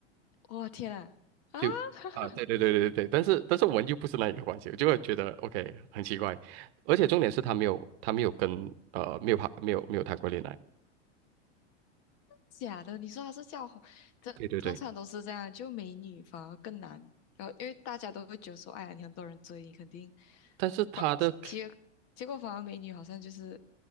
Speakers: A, on the left; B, on the right.
A: 哇天呐！啊，
B: 就啊，
A: <laughs> 哈哈，
B: 对对对对对，但是但是我们又不是那一个关系，我就会觉得 OK 很奇怪，而且重点是他没有他没有跟呃没有谈没有没有谈过恋爱，
A: 假的！你说他是叫红，这通常都是这样，
B: 对对对，
A: 就美女反而更难。然后因为大家都会觉得说，哎呀，你很多人追你，肯定
B: 但是他的
A: 反结结果反而美女好像就是